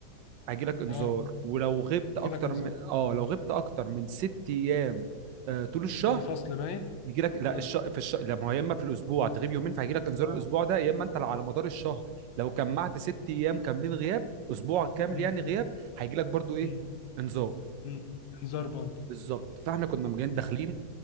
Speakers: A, on the right; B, on the left.
A: هيجي لك انذار
B: اه
A: ولو غبت
B: يجي
A: اكتر
B: لك انذار
A: من اه لو غبت اكتر من ست ايام آه، طول الشهر
B: يجي فصل باين
A: يجي لك لا
B: مم.
A: الش... في الش... لا ما هو يا اما في الاسبوع تغيب يومين فهيجي لك انذار
B: اه
A: الاسبوع ده يا اما انت على مدار الشهر لو جمعت ست ايام كاملين غياب اسبوع كامل
B: مم.
A: يعني غياب هيجي لك برضو ايه
B: مم.
A: انذار
B: مم. انذار برضه
A: بالظبط فاحنا كنا مجانين
B: مم.
A: داخلين